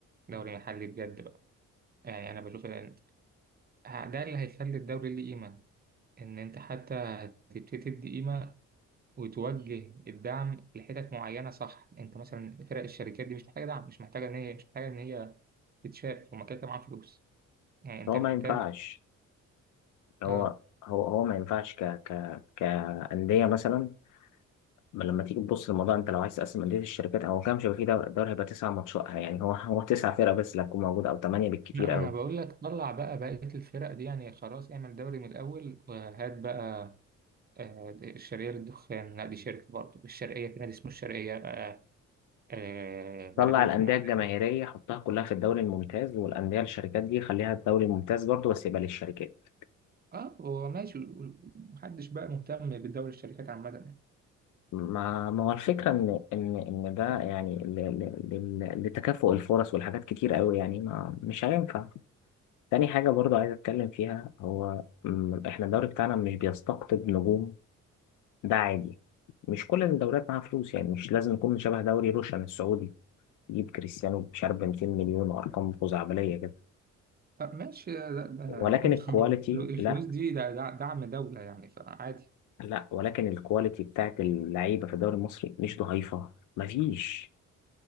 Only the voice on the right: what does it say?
دوري محلي بجد بقى يعني أنا بشوف إن ده اللي هيخلي الدوري ليه قيمة إن أنت حتى تبتدي تدي قيمة وتوجه الدعم لحتت معينة صح أنت مثلا فرق الشركات دي مش محتاجة دعم مش محتاجة إن هي مش محتاجة إن هي تتشاف هما كده كده معاهم فلوس يعني أنت
محتاج
آه
لا ما
انا بقول لك طلع بقى بقية الفرق دي يعني خلاص اعمل دوري من الاول وهات بقى آه، الشرقية للدخان لا دي شركة برضه الشرقية في نادي اسمه الشرقية آه، آه، بلدية
المحلة
اه هو ماشي محدش بقى مهتم بدوري الشركات عامة يعني
آه، ماشي ده ده
هم
<laughs> الفلوس
دي ده ده دعم دولة يعني فعادي